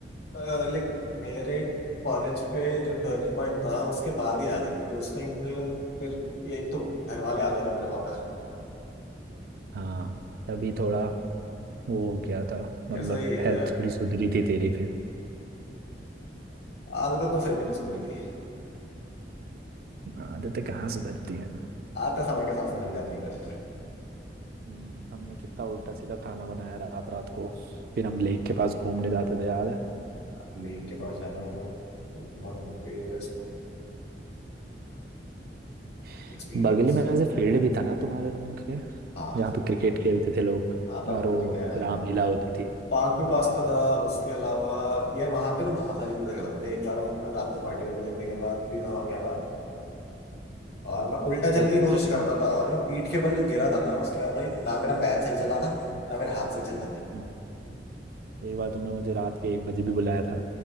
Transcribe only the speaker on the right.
हाँ तभी थोड़ा वो क्या था मतलब
हेल्थ थोड़ी सुधरी थी तेरी फिर
आदतें कहाँ सुधरती हैं
हम्म, हमने कितना उल्टा सीधा खाना बनाया रात रात को फिर हम लेक के पास घूमने जाते थे याद है
<laughs>
बगल में वैसे फील्ड भी था ना तुम्हारे रूम के
जहाँ पे क्रिकेट खेलते थे लोग
और
वो
रामलीला
होती थी
हम्म,
मतलब
हम
हम्म, एक बार तुमने मुझे रात के एक बजे भी बुलाया था